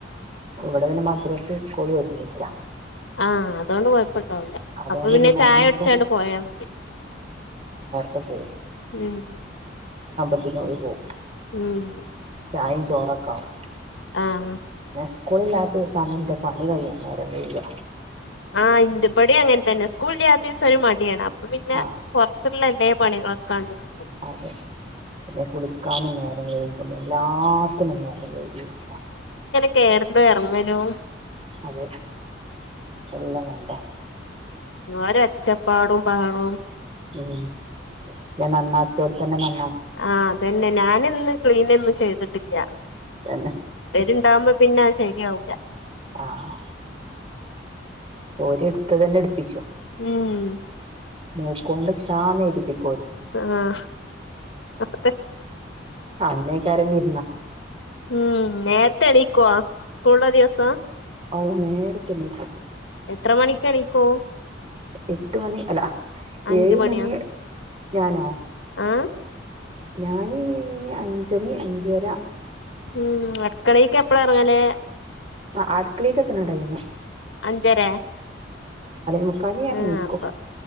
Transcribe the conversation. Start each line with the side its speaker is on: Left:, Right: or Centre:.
Right: ഇവിടെ പിന്നെ മദ്രസയും സ്‌കൂളും ഒരുമിച്ചാ!
Left: ആഹ്! അതൊണ്ട് കുഴപ്പല്ല.
Right: അതുകൊണ്ട്
Left: അപ്പൊ പിന്നെ ചായ
Right: അങ്ങനത്തെ
Left: കുടിച്ചോണ്ട് പോയാ മതി.
Right: തപ്പോ!
Left: ഉം!
Right: പിന്നെ ഓര് പോവും!
Left: ഉം!
Right: ചായയും ചോറൊക്കെ ആവും!
Left: ആഹ്
Right: ഞാൻ സ്കൂളില്ലാത്ത ദിവസാണ് എന്റെ പണി കഴ്യൻ നേരം വരുക!
Left: ആഹ്! ഇൻ്റെപടി അങ്ങനെ തന്നെ. സ്കൂളില്ലാത്ത ദിവസൊരു മടിയാണ്. അപ്പൊ പിന്നെ
Right: ആഹ്
Left: പുറത്തുള്ള പുറത്തുള്ള പണികളൊക്കെ കണ്ടെടുക്കും!
Right: അതെ പിന്നെ കുളിക്കാനും നേരം വൈകും. എല്ലാത്തിനും നേരം വൈകുംണ്ടാ!
Left: കേറലോ എറങ്ങലും!
Right: അതെ! എല്ലാം വേണ്ടേ!
Left: ഓര് ഒച്ചപാടും ബഹളോം!
Right: ഉം! ഞാൻ നന്നാക്കിയെടത്തു തന്നെ നന്ന!
Left: ആഹ്! അതന്നെ ഞാനിന്ന് ക്ലീനൊന്നും ചെയ്തിട്ടില്ല.
Right: തന്നെ
Left: ഇവരുണ്ടകുമ്പോ! പിന്നെയത് ശരിയാവൂല!
Right: ആഹ്! ഒരിടുത്ത് തന്നെ എടുപ്പിച്ചു!
Left: ഉം!
Right: മൂക്കു കൊണ്ട് ക്ഷാന്ന് എഴുതിപ്പി!
Left: ആഹ് അതെ
Right: അന്നേ കരഞ്ഞി!
Left: ഉം! നേരത്തെ എണീക്കുവോ? സ്കൂളുള്ളദിവസം?
Right: ഓ! നേരത്തെണീക്കും!
Left: എത്ര മണിക്ക് എണിക്കും?
Right: എട്ട് മണി അല്ല
Left: അഞ്ച്
Right: ഏഴ്
Left: മണിയോ
Right: മണി! ഞാനോ?
Left: ആഹ്
Right: ഞാനീ അഞ്ചണി അഞ്ചര!
Left: ഉം അടുക്കളയിലേക്കെപ്പളാ ഇറങ്ങല്?
Right: ആ! അടുക്കളേക്ക് എത്തിനടൈം!
Left: അഞ്ചര!
Right: മുക്കാല് ഞാൻ
Left: ആ!
Right: എണീക്കും
Left: അപ്പ